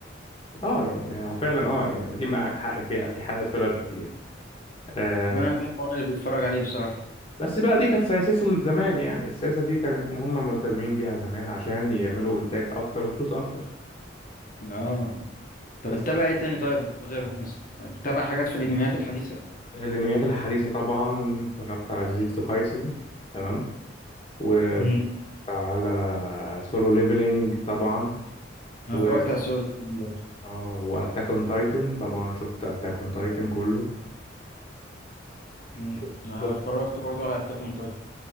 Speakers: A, on the left; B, on the left.
A: اه يعني هو فعلا اه يعني ما دي معاك حق فيها في حلقات فيلر كتير آه
B: ربنا يكون في عون اللي بيتفرج عليه بصراحه
A: بس بقى دي كانت سياستهم زمان يعني السياسه دي كانت هم ملتزمين بيها زمان عشان يعملوا انتاج اكتر وفلوس اكتر
B: اه طب
A: بس
B: بتتابع ايه تاني طيب غيرهم مثلا بتتابع حاجات في الانميات الحديثه
A: الانميات الحديثه طبعا اتفرجت على جوجيتسو كايسن تمام واتفرجت
B: امم
A: على سولو ليفلينج طبعا
B: انا
A: و
B: اتفرجت
A: اه
B: على سولو ليفلينج برضه
A: اه واتاك اون تايتن طبعا شفت اتاك اون تايتن كله
B: مم.
A: شفت
B: انا
A: شفت
B: اتفرجت برضه على اتاك اون تايتن